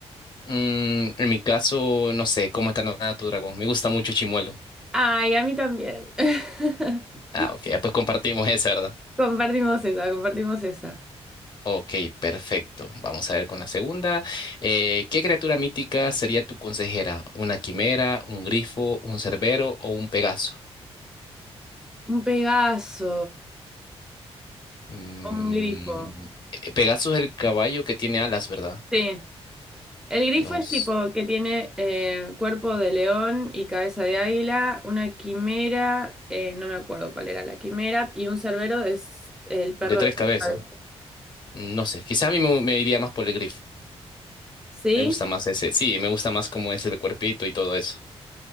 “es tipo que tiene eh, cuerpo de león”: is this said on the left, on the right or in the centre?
Centre